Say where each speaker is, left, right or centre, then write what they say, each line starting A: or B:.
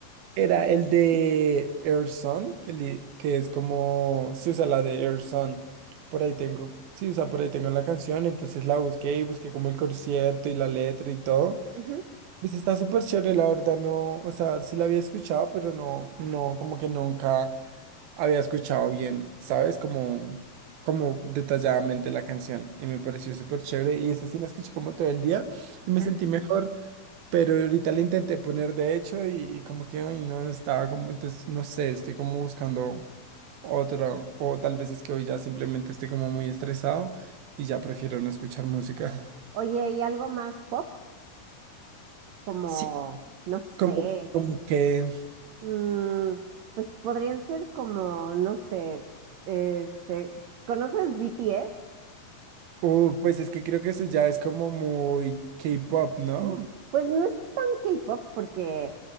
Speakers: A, on the right; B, on the right.
A: era el de Air Sun, que, li- que es como se usa la de Air Sun. Por ahí tengo, sí, usa por ahí tengo la canción. Entonces la busqué y busqué como el concierto y la letra y todo.
B: ujú,
A: Pues está súper chévere, la verdad, no, o sea, sí la había escuchado, pero no, no, como que nunca había escuchado bien, ¿sabes? Como, como detalladamente la canción y me pareció súper chévere y esa sí la escuché como todo el día y me
B: ajá.
A: sentí mejor, pero ahorita la intenté poner de hecho y, y como que, ay, no, estaba como, entonces, no sé, estoy como buscando otro, o tal vez es que hoy ya simplemente estoy como muy estresado y ya prefiero no escuchar música.
B: Oye, ¿y algo más pop? Como,
A: Sí, <laughs>
B: no sé,
A: como, como que...
B: mm, pues podrían ser como, no sé, este, ¿conoces BTS?
A: Uh, pues es que creo que eso ya es como muy K-pop, ¿no?
B: Mm, Pues no es tan K-pop porque,